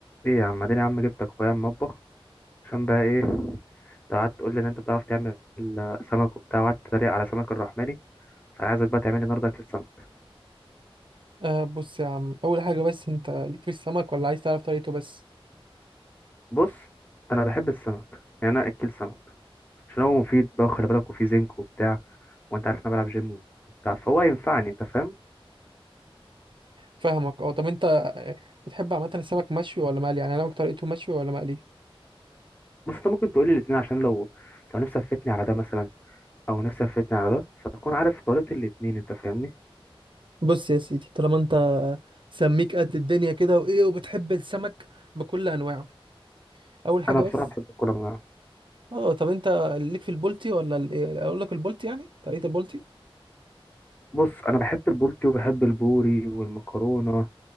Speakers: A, on the left; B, on the right.
A: ايه يا عم اديني يا عم جبتك اخويا المطبخ عشان بقى ايه انت قعدت تقول لي ان انت بتعرف تعمل سمك وبتاع وقعدت تتريق على سمك الرحماني فانا عايزك بقى تعمل لي النهارده اكل السمك
B: أه بص يا عم أول حاجة بس أنت ليك في السمك ولا عايز تعرف طريقته بس
A: بص انا بحب السمك يعني انا اكل سمك عشان هو مفيد بقى وخلي بالك وفيه زنك وبتاع وانت عارف إن انا بلعب جيم وبتاع فهو هينفعني انت فاهم
B: فاهمك أه طب أنت آه، بتحب عامة السمك مشوي ولا مقلي يعني أنا طريقته مشوي ولا مقلي
A: بص انت ممكن تقول لي الاثنين عشان لو لو نفسي افتني على ده مثلا او نفسي افتني على ده فاكون عارف طريقه الاثنين انت فاهمني
B: بص يا سيدي طالما انت سميك قد الدنيا كده وايه وبتحب السمك بكل انواعه اول حاجه
A: انا
B: بس
A: بصراحه بحب كل انواع
B: أه طب أنت ليك في البولتي ولا ال- إيه؟ أقول لك البولتي يعني طريقة البولتي
A: بص انا بحب البولتي وبحب البوري والمكرونه